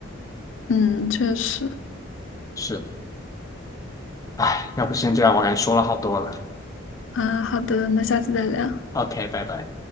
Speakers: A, on the left; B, on the left.
A: 嗯，确实
B: 是的，哎，要不先这样，我感觉说了好多了。
A: 啊，好的，那下次再聊。
B: OK，拜拜。